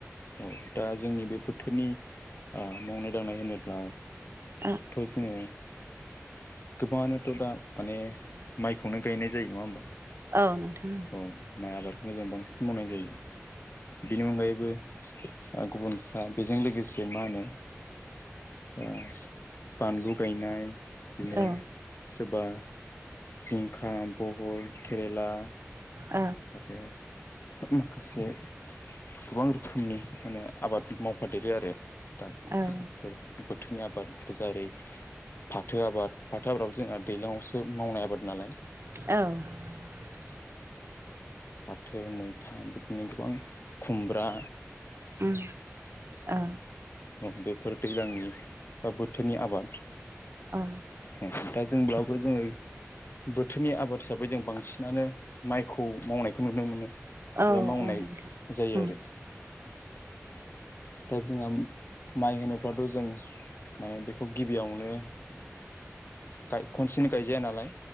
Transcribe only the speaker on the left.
औ दा जोंनि बे बोथोनि। आ मावनाय दांनाय होनोब्ला
थ' जोङो गोबाङानोथ' दा माने माइखौनो गायनाय जायो। नङा होमबा?
औ माइ आबारखौनो जों बांसिन मावनाय जायो। बिनि अनगायैबो ओ गुबुनफ्रा बेजों लोगोसे मा होनो ओ बानलु गायनाय इदिनो
सोरबा जिंखा, बहल, केरेला
आरो माखासे गोबां रोखोमनि मानो आबादफोर मावफादेरो आरो। दा
बेफोर बोथोरनि आबाद जारै फाथो आब फाथो आबादाबो जोंहा दैलांआवसो मावनाय आबाद नालाय।
फाथो मैथा बिदिनो गोबां खुमब्रा
औ बेफोर दैलांनि बा बोथोरनि आबाद।
ओ दा जों बेयावबो जोङो बोथोरनि आबाद हिसाबै जों बांसिनानो माइखौ मावनायखौ नुनो मोनो।
बो मावनाय
जायो
आरो। दा जोंहाम माइ होनोबाथ' जों माने बेखौ गिबियावनो गाय खनसेनो गायजाया नालाय